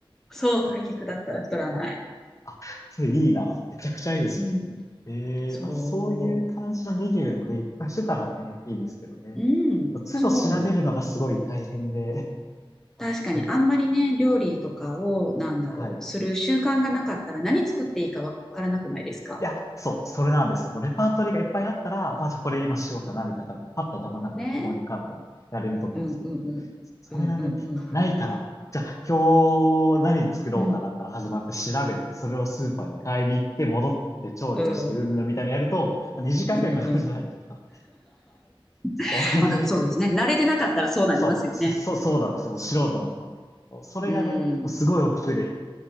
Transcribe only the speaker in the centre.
そう、対極だったら太らない。
うん。
そ
う。うん、
そうなん確かにあんまりね、
料理とかを、なんだろう、
する習慣がなかったら何作っていいかわからなくないですか。
うん、
ねえ。うんうんうん。
うんうんうん。
うん。
うん
うんうん。
<laughs> まあ、そうですね。慣れてなかったらそうなりますよね。
うん。うん